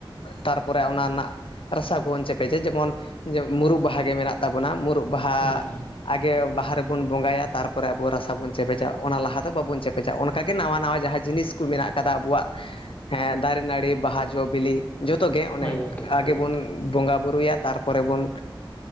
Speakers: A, on the left; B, on the left.
A: ᱛᱟᱨᱯᱚᱨᱮ ᱚᱱᱟ ᱨᱮᱱᱟᱜ ᱨᱟᱥᱟ <unintelligible> ᱛᱟᱨᱯᱚᱨᱮ ᱨᱮᱱᱟᱜ ᱨᱟᱥᱟ ᱵᱚᱱ ᱪᱮᱯᱮᱡᱼᱟ ᱡᱮᱢᱚᱱ ᱡᱮ ᱢᱩᱨᱩᱵ ᱵᱟᱦᱟ ᱜᱮ ᱢᱮᱱᱟᱜ᱾ <inaudible> ᱛᱟᱵᱚᱱᱟ ᱢᱩᱨᱩᱵ ᱵᱟᱦᱟ᱾
B: ᱦᱩᱸ ᱦᱩᱸ
A: ᱟᱜᱮ ᱵᱟᱦᱟ ᱨᱮᱵᱚᱱ ᱵᱚᱸᱜᱟᱭᱟ, ᱛᱟᱨᱯᱚᱨᱮ ᱟᱵᱚ ᱨᱟᱥᱟ ᱵᱚᱱ ᱪᱮᱯᱮᱡᱟ᱾ ᱚᱱᱟ ᱞᱟᱦᱟ ᱫᱚ ᱵᱟᱵᱚᱱ ᱪᱮᱯᱮᱡᱟ᱾ ᱚᱱᱟ ᱚᱱᱠᱟᱜ ᱜᱮ ᱱᱟᱣᱟ ᱱᱟᱣᱟ ᱡᱟᱦᱟᱸ ᱡᱤᱱᱤᱥ ᱠᱚ ᱢᱮᱱᱟᱜ ᱟᱠᱟᱫᱟ ᱟᱵᱚᱣᱟᱜ ᱦᱮᱸ ᱫᱟᱨᱮ ᱱᱟᱹᱲᱤ ᱵᱟᱦᱟ ᱡᱚ ᱵᱤᱞᱤ᱾ ᱡᱚᱛᱚᱜᱮ ᱚᱱᱮ
B: ᱦᱳᱭ ᱜᱚᱢᱠᱮ
A: ᱟᱜᱮ
B: ᱦᱳᱭ
A: ᱵᱚᱱ
B: ᱜᱚᱢᱠᱮ
A: ᱵᱚᱸᱜᱟ ᱵᱩᱨᱩᱭᱟ ᱛᱟᱨᱯᱚᱨᱮ ᱵᱚᱱ